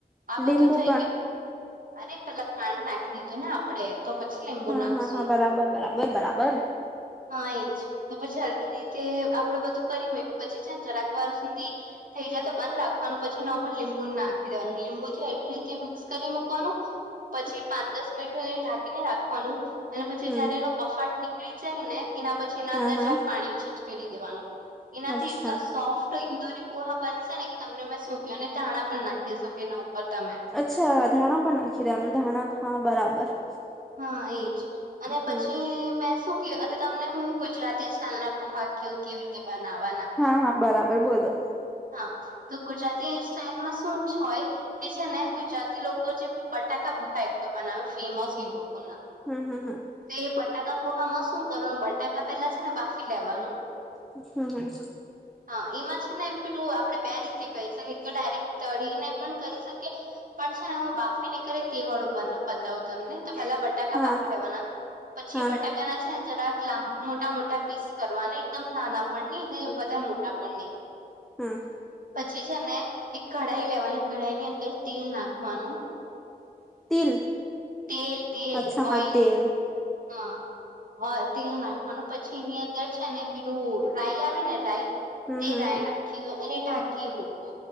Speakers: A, on the right (about 55°); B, in the centre.
A: આ બધું
B: લીંબુ
A: થઈ
B: પણ
A: ગયું અરે પહેલા ખાંડ નાખી દીધું ને આપણે તો પછી લીંબુ
B: હા,
A: નાખશું
B: હા, હા. બરાબર, બરાબર, બરાબર.
A: હા એજ તો પછી સરખી રીતે આપણે બધું કરી હોય પછી છે, ને થોડિકવાર સુધી થઈ જાય બંધ રાખવાનું પછી એના લીંબુ નાખી દેવાનું લીંબુથી સરખી રીતે મિક્સ કરી મૂકવાનું.
B: <inaudible>
A: પછી પાંચ દસ મિનિટ એ ઢાંકીને રાખવાનું અને પછી
B: હમ
A: જયારે એનો બફાટ નીકળી જાય ને એના પછી એના
B: હા
A: અંદર
B: હા
A: થોડુંક પાણી છાંટી દેવાનું એનાથી
B: અચ્છા
A: એટલા સોફ્ટ તો ઇન્દોરી પોહા બનશે ને કે તમને મેં શું કહું, અને ધાણા પણ નાખી શકે એના ઉપર તમે.
B: અચ્છા, ધાણા પણ નાખી દેવાનું ધાણા હા બરાબર.
A: હા એજ અને
B: હમ
A: પછી મે શું અને તમને હું ગુજરાતી સ્ટાઇલ ના પોહા કહું કેવી રીતે બનાવવાના
B: હા, હા. બરાબર બોલો.
A: હા, તો ગુજરાતી સ્ટાઈલમાં શું જ હોય તે છે ને ગુજરાતી લોકો જે બટાકા પૌહા એક તો બનાવે ફીમસ છે એ લોકો ના
B: હમ્મ, હમ્મ, હમ્મ.
A: તે બટાકા પોહામાં શું કરવા બટાકા પહેલા છે ને બાફી લેવાનું
B: હમ્મ, હમ્મ.
A: હા, એમાં છે ને. પેલું આપણે બે રીતે કરીઙશકીએ કે ડાયરેક્ટ તળીને પણ કહી શકીએ. પણ છે ને હું બાફી ને કરે તે વાળું બતાવુ તમને તો પહેલા બટાકા
B: હા
A: બાફી લેવાના પછી
B: હા
A: બટા તેના છે ને થોડાક મોટા મોટા પીસ કરવા ને એકદમ નાના પણ ની ને વધારે મોટા પણ નહી.
B: હમ્મ.
A: પછી છે ને એક કઢાઈ લેવાની કઢાઈ ની અંદર તેલ નાખવાનું.
B: તેલ,
A: તેલ તેલ
B: અચ્છા હા
A: ઓઈલ
B: તેલ.
A: હા, હા. તેલ નાખવાનું પછી એની અંદર છે ને પેલું રાઈ આવે ને રાઈ
B: હમ
A: તે
B: હમ
A: રાય
B: હમ
A: નાખી લો અને ઢાકી મૂકો